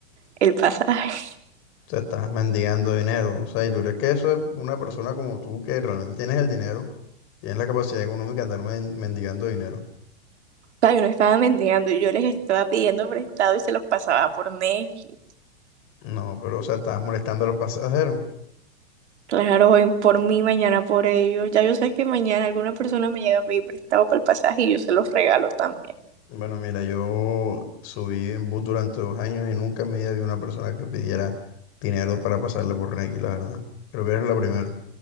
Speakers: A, on the right; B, on the left.
A: el pasaje.
B: sea, estás mendigando dinero. O sea, ¿y tú crees que eso es una persona como tú que realmente tienes el dinero? Tienes la capacidad económica de andar men- mendigando dinero.
A: O sea, yo no estaba mendigando, yo les estaba pidiendo prestado y se los pasaba por Nequi.
B: No, pero o sea, estás molestando a los pasajeros.
A: Claro, hoy por mí, mañana por ellos. Ya yo sé que mañana alguna persona me llega a pedir prestado para el pasaje y yo se los regalo también.
B: Bueno, mira, yo subí en bus durante dos años y nunca en mi vida vi una persona que pidiera dinero para pasarle por Nequi, la verdad. Creo que eres la primera,